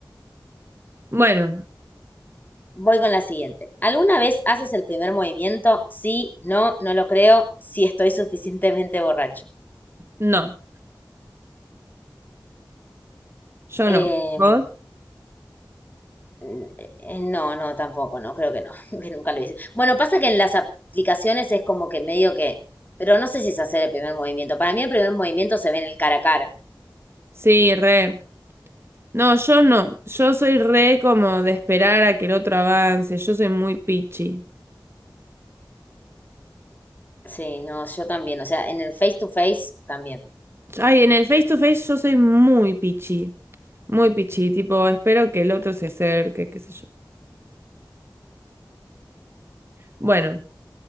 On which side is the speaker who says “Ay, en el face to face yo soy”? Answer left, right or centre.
Right